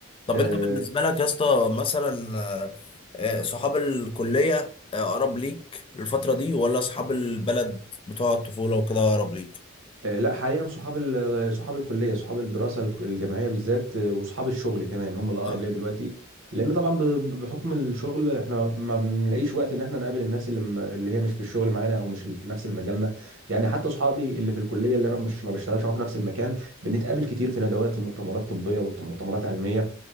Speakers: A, on the left; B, on the right.
A: طب
B: آه،
A: انت بالنسبة لك يا اسطى مثلا آه، آه، صحاب الكلية آه، أقرب ليك الفترة دي ولا أصحاب البلد بتوع الطفولة وكده أقرب ليك؟
B: آه، لا حاليا صحاب ال- صحاب الكليه صحاب الدراسه الك- الجامعيه بالذات آه، وصحاب الشغل كمان هم الاقرب
A: آه،
B: ليا دلوقتي لان طبعا ب- ب- بحكم الشغل احنا ما بنلاقيش وقت ان احنا نقابل الناس اللي م- اللي هي مش في الشغل معانا او مش في نفس المجالنا يعني حتى صحابي اللي في الكليه اللي انا مش ما بشتغلش معاهم في نفس المكان بنتقابل كتير في ندوات ومؤتمرات طبيه ومؤتمرات علميه